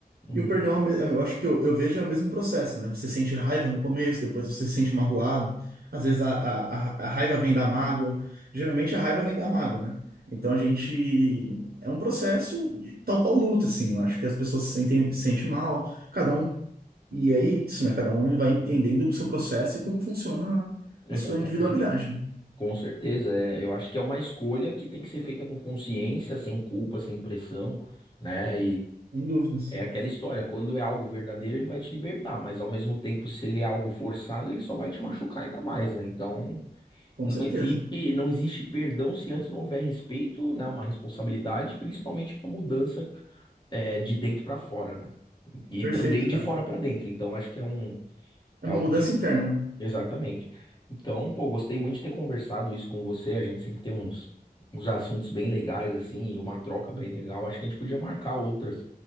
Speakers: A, on the left; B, on the right.
A: Uhum,
B: E o perdão, é o me- eu acho que eu, eu vejo é o mesmo processo, né? Você sente raiva no começo, depois você se sente magoado. Às vezes a, a, a a raiva vem da mágoa. Geralmente a raiva vem da mágoa, né? Então a gente. É um processo de- tal qual luta, assim. Eu acho que as pessoas se sentem, se sentem mal, cada um. E é isso, né? Cada um vai
A: uhum,
B: entendendo o seu processo e como funciona a
A: exatamente.
B: a sua individualidade. né?
A: Com certeza. é, eu acho que é uma escolha que tem que ser feita com consciência, sem culpa, sem pressão, né?
B: Sem dúvidas.
A: É aquela história, quando é algo verdadeiro, ele vai te libertar, mas ao mesmo tempo, se ele é algo forçado, ele só vai te machucar ainda mais, né? Então,
B: Com
A: não
B: certeza.
A: existe, não existe perdão se antes não houver respeito, né? Uma responsabilidade, principalmente uma mudança é, de dentro pra fora, né? E
B: Perfeito,
A: também de
B: cara.
A: fora pra dentro. Então, acho que é um
B: É
A: é
B: uma
A: algo
B: mudança
A: bem
B: interna, né?
A: Exatamente. Então, pô, gostei muito de ter conversado isso com você. A gente sempre tem uns, uns assuntos bem legais, assim, e uma troca bem legal. Acho que a gente podia marcar outras